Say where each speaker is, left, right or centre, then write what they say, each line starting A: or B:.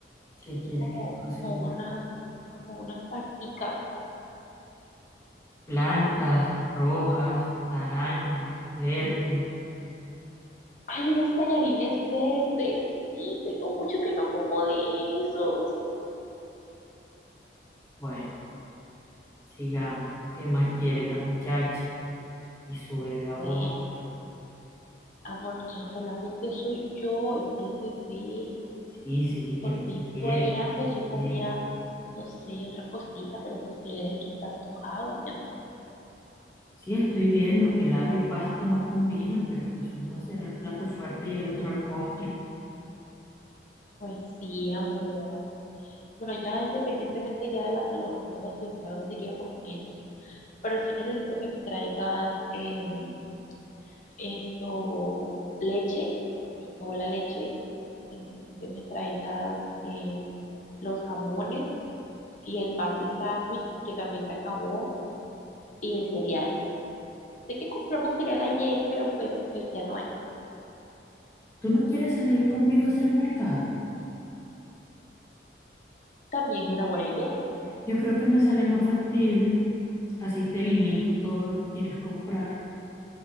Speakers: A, on the left; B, on the left.
A: ¿Qué
B: Quiero
A: quieres
B: como,
A: que te cocine?
B: como unas, como unas pasticas.
A: Blancas, rojas, naranjas, verdes.
B: Hay unos tallarines verdes. Sí, tengo mucho que no como de esos.
A: Bueno, sigamos. ¿Qué más quiere la muchacha? Y su bebé a
B: Bueno,
A: bordo.
B: amor, yo solamente soy yo, es el bebé.
A: Sí, sí,
B: por
A: ¿qué más
B: mí
A: quiere?
B: fuera,
A: ¿Qué más
B: pues yo
A: quiere?
B: comiera, no sé, otra cosita, pero pues él es el que está antojado, mi amor.
A: Sí, estoy viendo que helado y pasta no combinan, pero pues uno será el plato fuerte y el otro el postre.
B: Pues sí, amor. Bueno, ya independientemente ya de, las de los antojos, pues solamente quiero como esos, pero sí necesito que me traigas em, esto, leche, porque se acabó la leche. Necesito que me traigas em, los jamones y el pan de sándwich, que también se acabó, y el cereal. Sé que compramos cereal ayer, pero pues, pues ya no hay.
A: ¿Tú no quieres salir conmigo a hacer mercado?
B: También es una buena idea.
A: Yo creo que me sale más factible. Así te limito todo lo que quieres comprar.